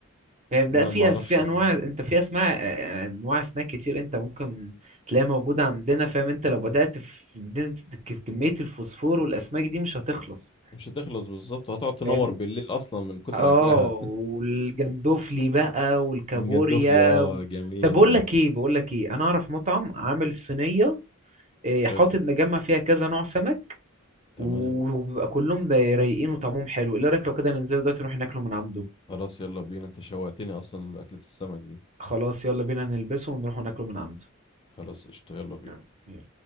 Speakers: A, on the right (about 30°); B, on the left (about 25°).
A: فاهم
B: لا
A: لا في
B: ما اعرفش
A: أس... في انواع
B: دي.
A: انت في اسماء آه، انواع اسماك كتير انت ممكن تلاقيها موجوده عندنا فاهم انت لو بدات في دي- ك- كميه الفوسفور والاسماك دي مش هتخلص
B: مش هتخلص بالظبط وهتقعد تنور
A: فاهم
B: بالليل اصلا من كتر
A: اه
B: اكلها
A: والجندوفلي بقى والكابوريا
B: <laughs> ونجدف لي اه
A: وال...
B: جميل
A: طب بقول
B: ده
A: لك ايه بقول لك ايه انا اعرف مطعم عامل صينيه إيه، حاطط
B: حلو
A: مجمع فيها كذا نوع سمك
B: تمام
A: و- وبيبقى كلهم ده رايقين وطعمهم حلو ايه رايك لو كده ننزل دلوقتي نروح ناكله من عنده
B: خلاص يلا بينا انت شوقتني اصلا لاكلة السمك دي
A: خلاص يلا بينا نلبسه ونروح ناكله من عنده
B: خلاص قشطة يلا بينا
A: تمام، يلا.